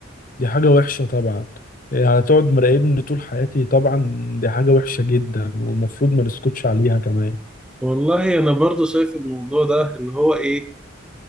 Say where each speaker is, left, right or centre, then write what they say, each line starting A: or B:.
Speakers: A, on the left; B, in the centre.
A: دي حاجة وحشة طبعا إيه، هتقعد مراقبني طول حياتي طبعا دي حاجة وحشة جدا والمفروض ما نسكتش عليها كمان
B: والله أنا برضو شايف الموضوع ده اللي هو إيه